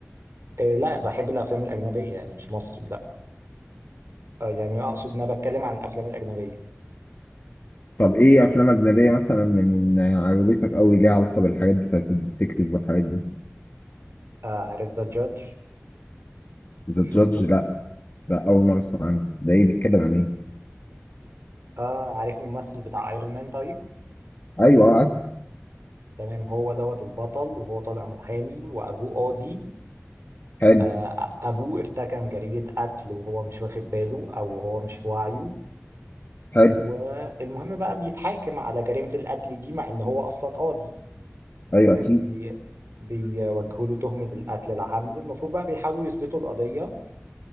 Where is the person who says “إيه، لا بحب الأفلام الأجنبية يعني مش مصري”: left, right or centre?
Right